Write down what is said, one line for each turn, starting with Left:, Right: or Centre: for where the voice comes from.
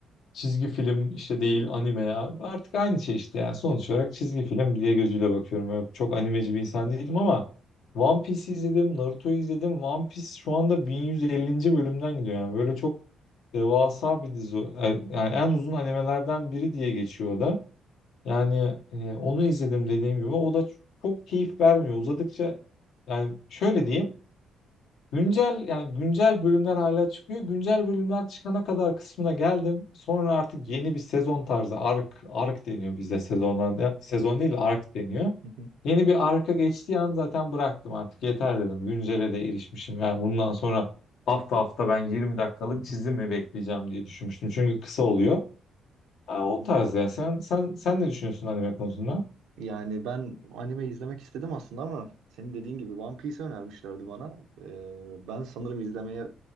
Left: Çizgi film işte değil anime ya. Artık aynı şey işte yani. Sonuç olarak çizgi film diye gözüyle bakıyorum. Öyle çok animeci bir insan değilim ama One Piece izledim, Naruto'yu izledim. One Piece şu anda 1150. bölümden gidiyor yani. Böyle çok devasa bir dizi. o. Yani yani en uzun animelerden biri diye geçiyor o da. Yani e, onu izledim dediğim gibi. O da çok keyif vermiyor. Uzadıkça yani şöyle diyeyim. Güncel yani güncel bölümler hala çıkıyor. Güncel bölümler çıkana kadar kısmına geldim. Sonra artık yeni bir sezon tarzı ark ark deniyor bizde sezonlarda. Sezon değil de ark deniyor.
Right: Hı hı,
Left: Yeni bir arka geçtiği an zaten bıraktım artık. Yeter dedim. Güncele de erişmişim. Yani bundan sonra hafta hafta ben 20 dakikalık çizim mi bekleyeceğim diye düşünmüştüm. Çünkü kısa oluyor. Ha,
Right: hı
Left: o
Right: hı.
Left: tarz yani. Sen sen sen ne düşünüyorsun anime konusunda?
Right: Yani ben anime izlemek istedim aslında ama senin dediğin gibi One Piece önermişlerdi bana. Ee, ben sanırım izlemeye